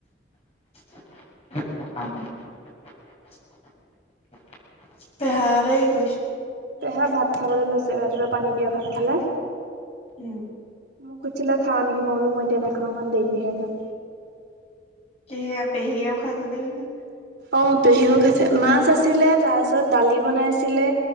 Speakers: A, on the left (about 35°); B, on the right (about 75°).
A: হ <unintelligible> পেহা হতে কি কৰিছে?
B: পেহা ভাত খাবলৈ লৈছে ৰাতিপুৱা পানী দিয়া ভাত খালে।
A: উম।
B: মোক সুধিছিলে খাওঁ নিকি মই বোলো মই এতিয়া নাখাওঁ অকণ দেৰিকেহে খাম।
A: কিহে পেহিও খাইছে নিকি বাও
B: অ পেহীয়েও খাইছে মাছ আছিলে, তাৰ পিছত দালি বনাইছিলে,